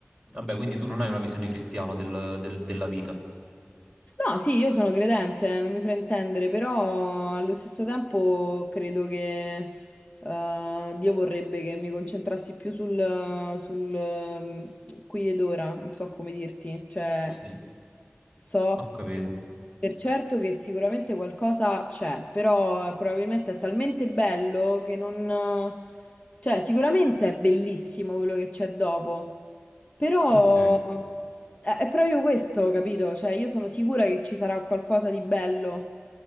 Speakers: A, in the centre; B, on the left (about 30°).
A: Vabbè, quindi tu non hai una visione cristiana del- del- della vita.
B: No, sì, io sono credente, non mi fraintendere, però allo stesso tempo credo che eh, Dio vorrebbe che mi concentrassi più sul, sul, ehm, qui ed ora, non so come dirti, cioè
A: Sì,
B: so
A: ho capito.
B: Per certo che sicuramente qualcosa c'è, però eh, probabilmente è talmente bello che non... eh, Cioè, sicuramente è bellissimo quello che c'è dopo, però
A: Ok.
B: eh, è proprio questo, capito? Cioè, io sono sicura che ci sarà qualcosa di bello